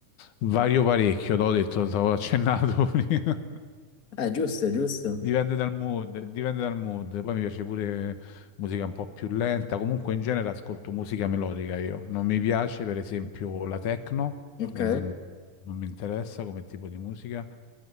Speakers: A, on the left; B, on the left.
A: vario parecchio, l'ho detto, stavo accennato <laughs> prima.
B: Eh, giusto, giusto.
A: Dipende dal mood, dipende dal mood. Poi mi piace pure musica un po' più lenta. Comunque in genere ascolto musica melodica io. Non mi piace, per esempio, la techno,
B: Ok.
A: non, non mi interessa come tipo di musica.